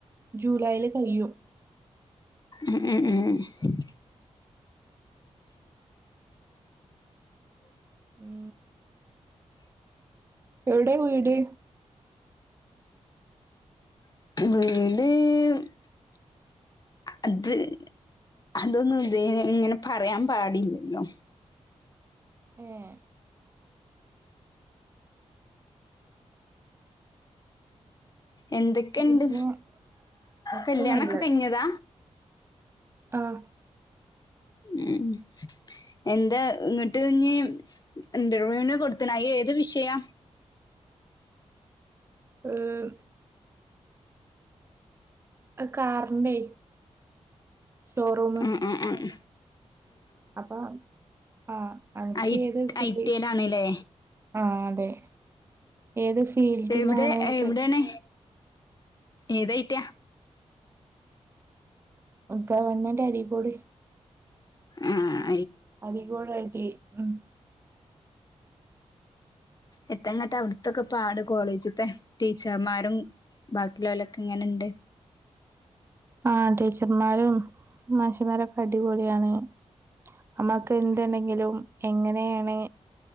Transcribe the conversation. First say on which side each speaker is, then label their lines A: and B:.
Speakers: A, on the right; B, on the left.
A: ജൂലൈയില് കഴിയും
B: ഉ ഉം ഉം
A: ഉം എവിടെ വീട്
B: വീട് അത് അതൊന്നും ഇതില് ഇങ്ങനെ പറയാൻ പാടില്ലല്ലോ
A: ഏഹ്
B: എന്തെക്കെണ്ട്
A: പിന്നെ ഒക്കെ
B: കല്യാണൊക്കെ
A: നല്ലത്
B: കഴിഞ്ഞതാ
A: ആഹ്
B: ഉം എന്താ ഇങ്ങിട്ട് ഇഞ്ഞ് ഇന്റർവ്യൂന് കൊടുത്തിലെ ആയി ഏത് വിഷയം
A: ഉം അത് കാറിന്റെ ഷോറൂമ്
B: ഹ് ഹ് ഹ്
A: അപ്പൊ ആ അനക്ക്
B: ഐ
A: ഏത് <unintelligible>
B: ഐ ടി ഐലാണ്ല്ലേ
A: ആ അതെ ഏത് ഫീൽഡിലാണ്
B: എവിടെ
A: ഇത്
B: എവിടേണ് ഏത് എയ്ട്ടിയ
A: ഗവൺമെന്റ് അരീക്കോട്
B: ആഹ
A: അരീക്കോട കിട്ടി ഉം
B: എത്തങ്ങട്ട് അവിടത്തൊക്കെ പാട് കോളേജത്തെ ടീച്ചർമാരും ബാക്കിള്ളോലൊക്കെ എങ്ങനെണ്ട്
A: ആ ടീച്ചർമാരും മഷിമാരൊക്കെ അടിപൊളിയാണ് നമ്മക്ക് എതുണ്ടെങ്കിലും എങ്ങനെയാണ്